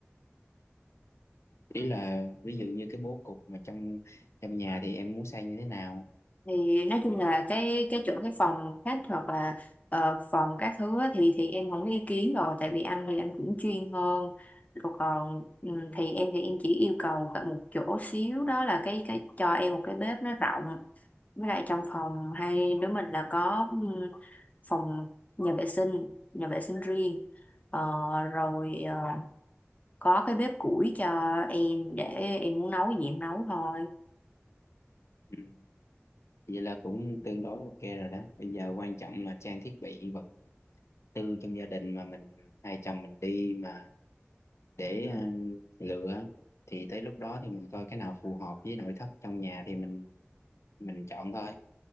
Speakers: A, on the left; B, on the left.
A: ý là ví dụ như cái bố cục mà trong trong nhà thì em muốn xây như thế nào
B: thì nói chung là cái cái chỗ cái phòng khách hoặc là ờ, phòng các thứ á, thì thì em không có ý kiến rồi tại vì anh thì anh cũng chuyên hơn rồi còn ừm, thì em thì em chỉ yêu cầu cả một chỗ xíu đó là cái cái cho em một cái bếp nó rộng với lại trong phòng hai đứa mình là có ừm, phòng nhà vệ sinh nhà vệ sinh riêng Ờ, rồi ờ, có cái bếp củi cho em để em muốn nấu gì em nấu thôi
A: ừ. vậy là cũng tương đối ok rồi đó bây giờ quan trọng là trang thiết bị vật tư trong gia đình mà mình hai chồng mình đi mà để um, lựa thì tới lúc đó thì mình coi cái nào phù hợp với nội thất trong nhà thì mình mình chọn thôi